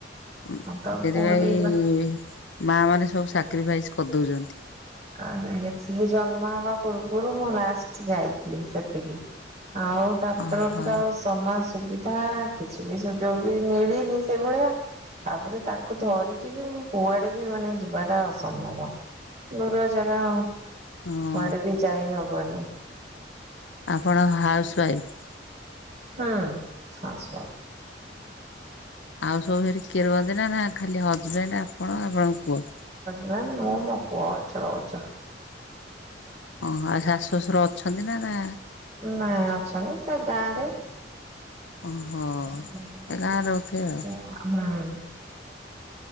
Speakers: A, on the left; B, on the right.
A: ଉଁ
B: ତ
A: ସେଇଥିପାଇଁ
B: ପୁରୀ
A: ମାଆ ମାନେ ସବୁ ସାକ୍ରିଫାଇସ୍ କରିଦୋଉଚନ୍ତି।
B: ଆରେ ଇଏ ସିଏ ଜନ୍ମ ହବା ପୂର୍ବୁରୁ ମୁଁ ଲାଷ୍ଟ ଯାଇଥିଲି ସେତିକି। ଆଉ ତାପରଠୁ
A: ଓହୋ
B: ତ ଆଉ ସମାସ୍ ସୁବିଧା କିଛି ବି ସୁଯୋଗ ବି ମିଳିନି ସେଭଳିଆ। ତାପରେ ତାକୁ ଧରିକି ବି ମୁଁ କୁଆଡେ ବି ମାନେ ଯିବାଟା ଅସମ୍ଭବ। ଦୂରଜାଗା ଆଉ
A: ହଁ
B: କୁଆଡେ ବି ଯାଇ ହବନି।
A: ଆପଣ ହାଉସୱାଇଫ।
B: ହୁଁ ହାଉସୱାଇଫ।
A: ଆଉ ସବୁ ସେଠି କିଏ ରୁହନ୍ତି ନା ନା ଖାଲି ହଜବେଣ୍ଡ ଆପଣ ଆପଣଙ୍କ ପୁଅ।
B: ନାଇଁ ମୋ ମୋ ପୁଅ ଅଛୁ। <unintelligible>
A: ଓହ ଆଉ ଶାଶୁ ଶ୍ୱଶୁର ଅଛନ୍ତି ନା ନା
B: ନାଆଁ ଅଛନ୍ତି ସେ ଗାଁ ରେ। ହୁଁ।
A: ଓହୋ। ଏ ଗାଁରେ ରହୁଥିବେ ଆଉ।